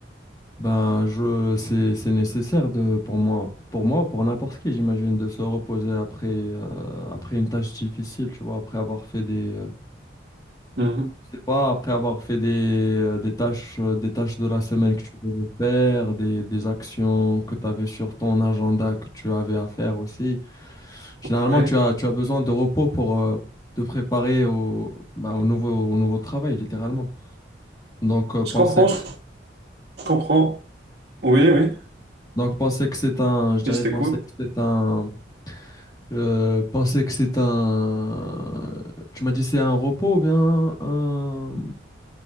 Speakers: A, on the left (about 20°); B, on the right (about 60°).
A: ben je, c'est, c'est nécessaire de, pour moi, pour moi, pour n'importe qui, j'imagine, de se reposer après, euh, après une tâche difficile, tu vois, après avoir fait des, euh,
B: mhm,
A: Je sais pas, après avoir fait des, euh, des tâches, euh, des tâches de la semaine que tu devais faire, des, des actions que tu avais sur ton agenda que tu avais à faire aussi. Généralement,
B: ouais.
A: tu as, tu as besoin de repos pour euh, te préparer au, bah, au nouveau, au nouveau travail, littéralement. Donc, euh,
B: Je
A: penser
B: comprends,
A: que,
B: je comprends. Oui, oui.
A: donc penser que c'est un, je dirais,
B: Oui, je t'écoute.
A: penser que c'est un, euh, penser que c'est un, tu m'as dit c'est un repos ou bien un,